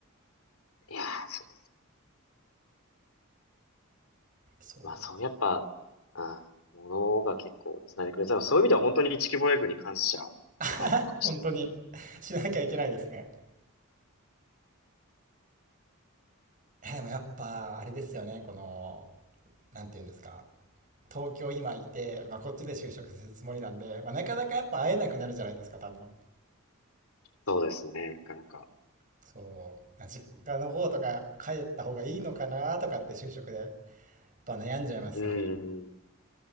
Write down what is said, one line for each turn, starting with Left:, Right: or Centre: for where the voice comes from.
Left: ね。いやー、そう。
Right: う。そう
Left: まあそう、やっぱ、あものが結構繋いでくれた。そういう意味では本当に地球防衛軍に感謝
Right: <laughs>。
Left: ではあるのかもしれない。
Right: 本当に <laughs>。しなきゃいけないですね。えでもやっぱ、あれですよね、この、なんていうんですか。東京今いて、まあ、こっちで就職するつもりなんで、まあ、なかなかやっぱ会えなくなるじゃないですか多分
Left: そうですね、なかなか。
Right: そう実家の方とか帰った方がいいのかなとかって就職でやっぱ悩んじゃいますよね
Left: うーん。